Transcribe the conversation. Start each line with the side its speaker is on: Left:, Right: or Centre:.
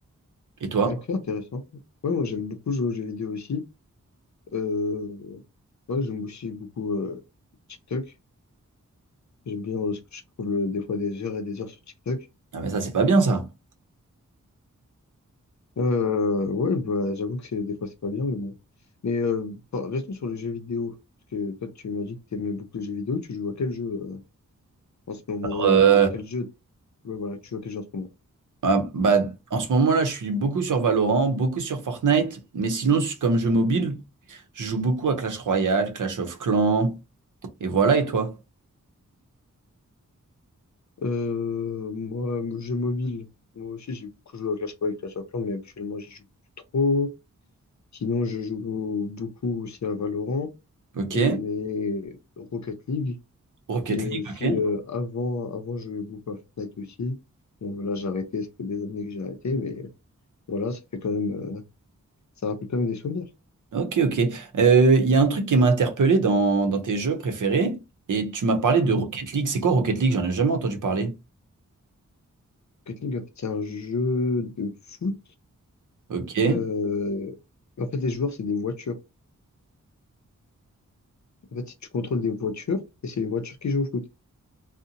Right: Et toi?
Left: Ok, intéressant. Ouais, moi j'aime beaucoup jouer aux jeux vidéo aussi. Euh, ouais, j'aime aussi beaucoup euh, TikTok. J'aime bien euh, ce que je trouve euh, des fois des heures et des heures sur TikTok.
Right: Ah mais ça, c'est pas bien ça.
Left: Euh, ouais, bah, j'avoue que c'est des fois c'est pas bien, mais bon. Mais euh, par- restons sur les jeux vidéo. Parce que toi, tu m'as dit que tu aimais beaucoup les jeux vidéo. Tu joues à quel jeu euh, en ce moment ou
Right: Euh,
Left: euh, quel jeu Ouais, voilà, que tu joues à quel jeu en ce moment.
Right: ah, bah, en ce moment-là, je suis beaucoup sur Valorant, beaucoup sur Fortnite, mais sinon, comme jeu mobile, je joue beaucoup à Clash Royale, Clash of Clans. Et voilà, et toi?
Left: Euh, moi, mon jeu mobile, moi aussi j'ai beaucoup joué à Clash Royale, Clash of Clans, mais actuellement j'y joue plus trop. Sinon, je joue beaucoup aussi à Valorant
Right: Ok.
Left: et Rocket League.
Right: Rocket
Left: Et
Right: League,
Left: aussi,
Right: ok.
Left: euh, avant, avant, je jouais beaucoup à Fortnite aussi. Bon, là, j'ai arrêté, ça fait des années que j'ai arrêté, mais voilà, ça fait quand même, euh, ça rappelle quand même des souvenirs.
Right: Ok, ok. Euh, Il y a un truc qui m'a interpellé dans, dans tes jeux préférés, et tu m'as parlé
Left: Mhm.
Right: de Rocket League. C'est quoi Rocket League? J'en ai jamais entendu parler.
Left: Rocket League, en fait, c'est un jeu de foot.
Right: Ok.
Left: Euh, en fait, les joueurs, c'est des voitures. En fait, si tu contrôles des voitures, et c'est les voitures qui jouent au foot.